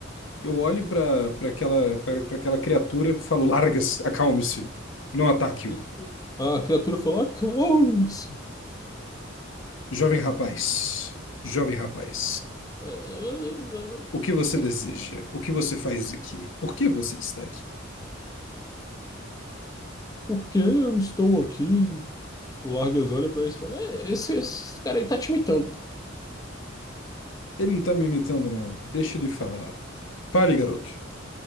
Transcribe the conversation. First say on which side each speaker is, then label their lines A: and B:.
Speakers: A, on the left; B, on the left.
A: Eu olho para para aquela para aquela criatura e falo: larga-se, acalme-se, não ataque-o.
B: Ele- a criatura fala: Acalme-se!
A: Jovem rapaz, jovem rapaz,
B: Ah, ah, ah,
A: o que você
B: que-
A: deseja? O que você faz aqui? Por que você está aqui?
B: Por que eu estou aqui? O Largas olha pra isso e fala: "É, esse, esse cara aí tá te imitando.
A: Ele não está me imitando, não. Deixa ele falar. Fale, garoto.